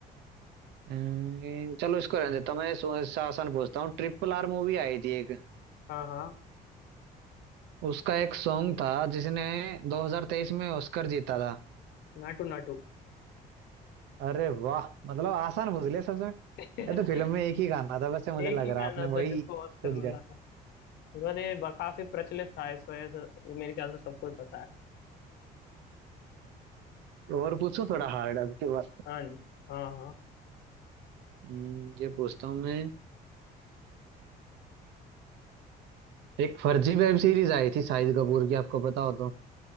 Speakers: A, on the right (about 80°); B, on the left (about 75°).
A: अम्म, चलो इसको रहने देता हूं, मैं सो- इससे आसान पूछता हूँ ट्रिपल आर मूवी आई थी एक
B: हाँ हाँ
A: उसका एक सॉन्ग था जिसने 2023 में ऑस्कर जीता था
B: नाटू नाटू
A: अरे वाह मतलब आसान पूछ लिया सच में ये
B: <laughs>
A: तो फिल्म में एक ही गाना था वैसे मुझे
B: एक
A: लग
B: ही
A: रहा
B: गाना
A: आपने
B: था
A: वही
B: जिसको ऑस्कर
A: सोच
B: मिला
A: गए
B: था और ये ब- काफी प्रचलित था इस वजह से मेरे ख्याल से सबको ही पता है
A: और पूछो थोड़ा हार्ड अब के बाद
B: हाँ जी हाँ हाँ
A: हम्म, ये पूछता हूँ मैं एक फर्जी वेब सीरीज आई थी शाहिद कपूर की आपको पता हो तो